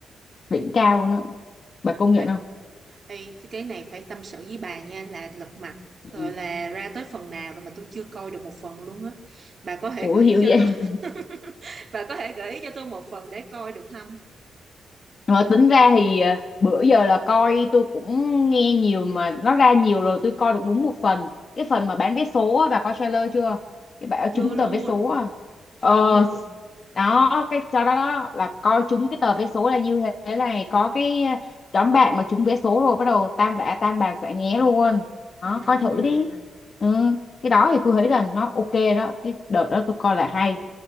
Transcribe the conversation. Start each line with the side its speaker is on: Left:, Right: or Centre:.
Left: đỉnh cao nữa bà công nhận
Right: Ê,
Left: không
Right: ê, cái này phải tâm sự với bà nha là lật mặt rồi
Left: ừ.
Right: là ra tới phần nào rồi mà tôi chưa coi được một phần luôn á. Bà có thể
Left: ủa
Right: gợi
Left: hiểu
Right: ý cho
Left: vậy
Right: tôi, <laughs> bà có thể gợi ý cho tôi một phần để coi được không?
Left: Ờ, tính ra thì ờ, bữa giờ là coi tôi cũng nghe nhiều mà nó ra nhiều rồi tôi coi được đúng một phần cái phần mà bán vé số á, bà coi trailer chưa cái bà ờ,
Right: Chưa
Left: trúng
Right: luôn,
Left: tờ vé số à
Right: chưa
Left: ờ
Right: luôn.
Left: đó cái cho đó, đó là coi trúng cái tờ vé số là như thế này có cái ờ, đám bạn mà trúng vé số rồi bắt đầu tan rã tan bàn xả nghé luôn đó
Right: Ừm.
Left: coi thử đi ừ. cái đó thì tôi thấy là nó ok đó cái đợt đó tôi coi là hay